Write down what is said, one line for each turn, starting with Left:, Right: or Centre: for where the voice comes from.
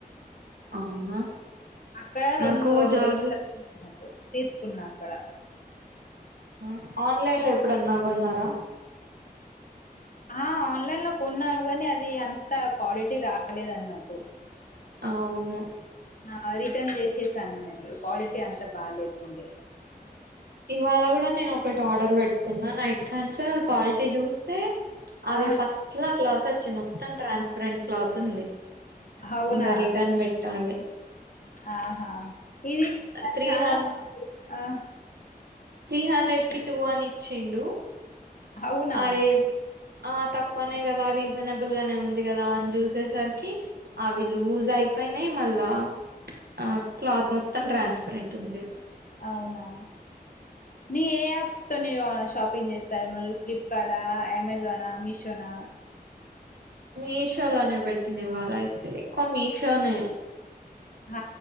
Right: అవునా
Left: అక్కడ రొండు
Right: నాకు జ్యువెలరీ
Left: రొండు <unintelligible> తీసుకున్నా అక్కడ
Right: ఆ ఆన్లైన్ లో ఎప్పుడన్నా కొన్నారా
Left: ఆ ఆన్లైన్ లో కొన్నాను గాని అది అంత క్వాలిటీ రాలేదు అన్నట్టు
Right: అవును
Left: ఆ రిటర్న్ చేషేసాను నేను క్వాలిటీ అంతా బా లేకుండే
Right: ఇవాళ కూడా నేను ఒకటి ఆర్డర్ పెట్టుకున్నా నైట్ ప్యాంట్స్ క్వాలిటీ చూస్తే అవి
Left: ఆ
Right: ప్యాతల క్లాత్ ఒచ్చింది మొత్తం ట్రాన్స్పరెంట్ క్లాత్ ఉంది
Left: అవునా
Right: ఇంగా రిటర్న్ పెట్టాలే
Left: ఆహా <unintelligible>
Right: త్రీ
Left: చాలా
Right: హన్
Left: ఆ
Right: త్రీ హండ్రెడ్ కి టూ అని ఇచ్చిండు
Left: హవునా
Right: అరే ఆ తక్కువనే కదా రీసనబుల్ గానే ఉంది కదా అని చూసేసరికి అవి లూస్ అయ అయిపోయినాయి మళ్ళా ఆ క్లాత్ మొత్తం ట్రాన్స్పరెంట్ ఉంది
Left: అవునా మీ ఏ యాప్స్ తోనీ షాపింగ్ చేస్తాఉన్నారు ఫ్లిప్కార్డు అమెజానా మీషో అ
Right: మీషోలనే పెట్టినివాళ అయితే ఎక్కువ మీషోనే
Left: హ